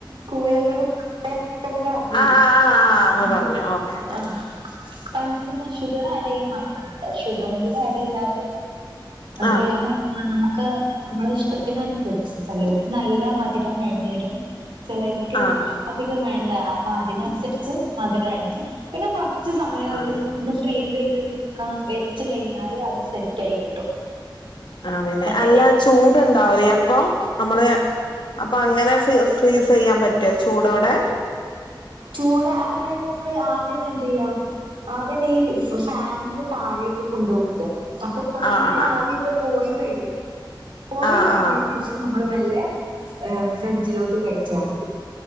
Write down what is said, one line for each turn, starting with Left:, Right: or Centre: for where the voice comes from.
Right: കുമിളകളും <unintelligible> പാർന്നിലെ
Left: ആഹ് ആഹ് ആഹ് ആഹ് ഇങ്ങള്
Right: ഉം
Left: പറഞ്ഞു ഓക്കെ ഓക്കെ
Right: ആഹ് <unintelligible> ഷുഗറ് ആഡിയ്യാൻ മറന്നിട്ടുണ്ട് ഷുഗറും കൂടെ ആഡ് ചെയ്താല് <unintelligible>
Left: ആഹ്
Right: നമുക്ക് നമ്മള് ഇഷ്ടത്തിന് അനുസരിച്ച് ചെലര്ക്ക് നല്ല മധുരം വേണ്ടി വരും ചെലര്ക്ക്
Left: ആഹ്
Right: ഒപ്പിക്കം വേണ്ട അപ്പ അതിനനുസരിച്ച് മധുരം ആഡിയ്യണം പിന്നെ കൊറച്ച് സമയൊന്ന്
Left: ആണ്ല്ലേ
Right: ഒന്ന് ഫ്രീസ് ചെയ്ത് വെക്ക വെച്ച് കഴിഞ്ഞാല് അത് സെറ്റായി കിട്ടും
Left: ആണല്ലെ
Right: മറ്റേ
Left: അല്ല ചൂട്ണ്ടാവുലേ അപ്പൊ നമ്മള് അപ്പ അങ്ങനെ ഫ്രി ഫ്രീസിയ്യാൻ പറ്റോ ചൂടോടെ
Right: ചൂട അതായത് നമ്മള് ആദ്യന്നെ എന്തിയ്യാ അതന്നെ ഈ ഫാനിന്റെ താഴേക്ക് കൊണ്ട് വെക്കാ അപ്പം കൊർഞ്ഞ
Left: ആഹ് ആഹ്
Right: ആവ്യൊക്കെ പോയി കഴിയല്ലോ പോയി
Left: ആഹ് ആഹ്
Right: കഴിഞ്ഞേനേഷം
Left: ആഹ്
Right: നമ്മള് മെല്ലെ ഫ്രിഡ്ജിലോട്ട് കയറ്റ്യാ മതി